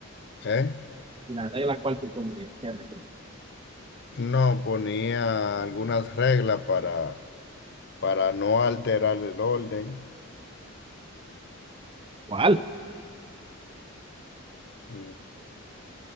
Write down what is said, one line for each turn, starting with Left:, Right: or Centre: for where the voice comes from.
Left: ¿eh?
Right: ¿Y la regla cuál tú pondrías? ¿Qué regla?
Left: No ponía algunas reglas para, para no alterar el orden.
Right: ¿Cuál?
Left: Mm,